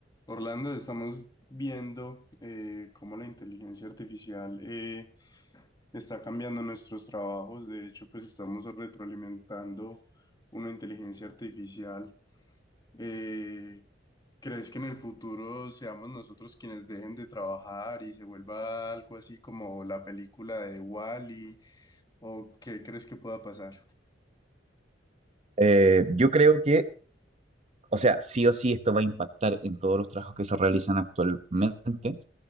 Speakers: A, on the left (about 20°); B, on the right (about 35°).
A: Orlando, estamos viendo eh, cómo la inteligencia artificial eh, está cambiando nuestros trabajos. De hecho, pues estamos retroalimentando una inteligencia artificial. Eh, ¿crees que en el futuro seamos nosotros quienes dejen de trabajar y se vuelva algo así como la película de Wall-E? ¿O qué crees que pueda pasar?
B: Eh, yo creo que, o sea, sí o sí esto va a impactar en todos los trabajos que se realizan actualmente